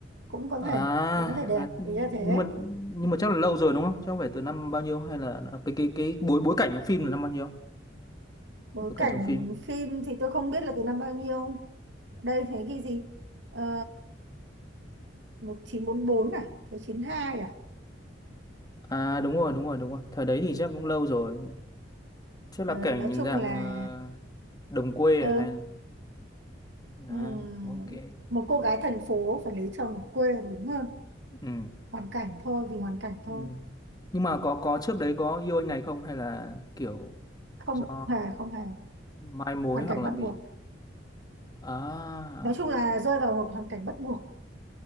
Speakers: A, on the right; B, on the left.
A: cũng có
B: à,
A: thể cũng có thể đẹp
B: à nhưng
A: ý là thế
B: mà nhưng mà chắc là lâu rồi đúng không chắc không phải từ năm bao nhiêu hay là là cái cái cái bối bối cảnh trong phim là năm bao nhiêu
A: bối
B: bối
A: cảnh
B: cảnh trong phim
A: phim thì tôi không biết là từ năm bao nhiêu đây thế ghi gì Ờ, một chín bốn bốn à thế chín hai à
B: à đúng rồi đúng rồi đúng rồi thời đấy thì chắc cũng lâu rồi chắc
A: Ờ,
B: là cảnh
A: nói chung
B: dạng
A: là
B: ờ, đồng quê
A: ờ,
B: à, hay là à
A: ừm,
B: ok
A: một cô gái thành phố phải lấy chồng ở quê là đúng hơn
B: ừ
A: hoàn cảnh thôi vì hoàn cảnh thôi
B: ừ Nhưng mà có có trước đấy có yêu anh này không hay là kiểu
A: không
B: do
A: hề không hề
B: mai mối
A: hoàn
B: hoặc
A: cảnh
B: là
A: bắt
B: bị
A: buộc
B: à
A: nói chung là rơi vào một hoàn cảnh bắt buộc